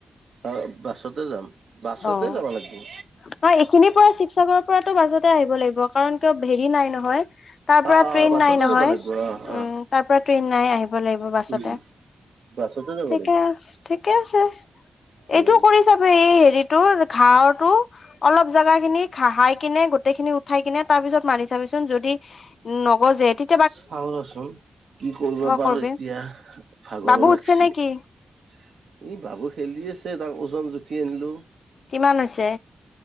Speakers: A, on the right; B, on the left.
A: অ', বাছতে যাম। বাছতে
B: অ',
A: যাব
B: ন
A: লাগিব
B: এইখিনিৰ পৰা শিৱসাগৰৰ পৰাতো বাছতে আহিব লাগিব কাৰণ কিয় হেৰি নাই নহয়। তাৰ পৰা
A: অ অ
B: ট্ৰেইন
A: বাছতে
B: নাই নহয়।
A: যাব লাগিব অ
B: উম,
A: অ
B: তাৰ পৰা ট্ৰেইন নাই, আহিব লাগিব বাছতে।
A: উম বাছতে যাব
B: ঠিকে
A: লাগিব
B: আছ-ঠিকে আছে,
A: উম
B: এইটো কৰি চাবি এই হেৰিত ঘাঅ'ৰটো অলপ জোগা খিনি ঘাহাই কিনে গট গোটেই খিনি উঠাই কিনে তাৰ পিছত মাৰি চাবিচোন যদি নগজে তেত
A: চাওঁ ৰচোন, কি কৰিব পাৰো।
B: কৰিবি
A: এতিয়া ভাগৰো
B: বাবু উঠছে
A: লাগিছে।
B: নে
A: ই
B: কি
A: বাবু খেলি আছে তাক একদম জুখি আনিলো।
B: কিমান হৈছে?